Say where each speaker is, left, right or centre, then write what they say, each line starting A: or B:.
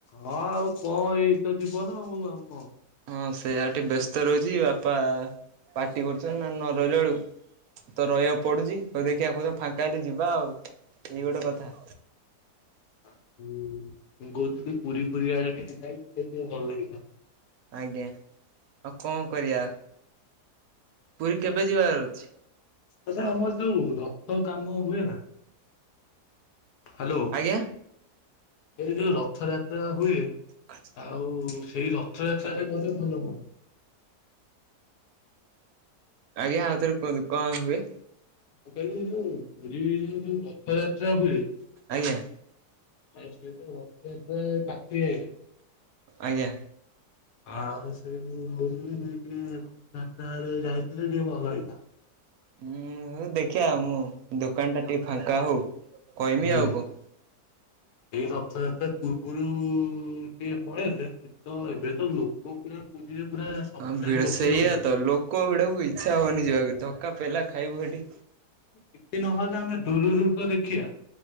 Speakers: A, on the left; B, on the right.
A: ହଁ ଆଉ କଣ ଏଇ ତ ଜୀବନ ଆଉ କଣ।
B: ହଁ ସେଇଆ ଟିକେ
A: ହୁଁ।
B: ବ୍ୟସ୍ତ ରହୁଛି ବାପା ପାଟି କରୁଛନ୍ତି ନା ନ ରହିଲା ବେଳକୁ ତ ରହିବାକୁ ପଡୁଛି ହଉ ଦେଖିବା କୋଉ ଦିନ ଫାଙ୍କା ହେଲେ ଯିବା ଆଉ, ଏଇ ଗୋଟେ କଥା।
A: ବାପୁ ମୁଁ କହୁଥିଲି ପୁରୀ ଫୁରୀ ଆଡେ ଟିକେ ଯାଇ <unintelligible> ଭଲ ଲାଗିଥାନ୍ତା।
B: ଆଜ୍ଞା, ଆଉ କଣ କରିବା? ପୁରୀ କେବେ ଯିବାର ଅଛି?
A: ଆଚ୍ଛା ଆମର ଯୋଉ ରଥ କାମ ହୁଏ ନା? ହ୍ୟାଲୋ,
B: ଆଜ୍ଞା
A: ଏ ଯୋଉ ରଥଯାତ୍ରା ହୁଏ।
B: <unintelligible>
A: ଆଉ ସେଇ ରଥଯାତ୍ରାରେ ଗଲେ ଭଲ ହୁଅନ୍ତା।
B: ଆଜ୍ଞା ଆଉଥରେ କୁହନ୍ତୁ କଣ ହୁଏ?
A: ମୁଁ କହିଲି, ଯୋଉ ପୁରୀରେ ଯୋଉ ରଥଯାତ୍ରା ହୁଏ
B: ଆଜ୍ଞା।
A: ଫାଷ୍ଟ <unintelligible> ପାଖେଇ ଆଇଲା।
B: ଆଜ୍ଞା।
A: ଆଉ ସେଇ ମୁଁ ଭାବଛି ସେ ଟିକେ ଚାରିଟା ବେଳେ ଯାଇଥିଲେ ଟିକେ ଭଲ ହେଇଥାନ୍ତା।
B: ହୁଁ ହଉ ଦେଖଆ ମୁଁ ଦୋକାନ ଟା ଟିକେ ଫାଙ୍କା ହଉ କହିମି
A: ହୁଁ।
B: ଆଉ କଣ
A: ଏଇ ରଥଯାତ୍ରା ପୂର୍ବରୁ ସିଏ ପଳେଇଲେ ତ ଏବେ ତ ଲୋକ ପୁରା ପୁରୀରେ ପୁରା ସଫିସିଏଣ୍ଟ
B: ହଁ ଭିଡ
A: ଲୋକ
B: ସେଇଆ
A: ରହିବେ।
B: ତ ଲୋକ ଭିଡକୁ ଇଚ୍ଛା ହଉନି ଯିବାକୁ ଧକ୍କା ପେଲା ଖାଇବୁ ସେଠି
A: କିଛି ନହେଲେ ଆମେ ଦୂରରୁ ତ ଦେଖିବା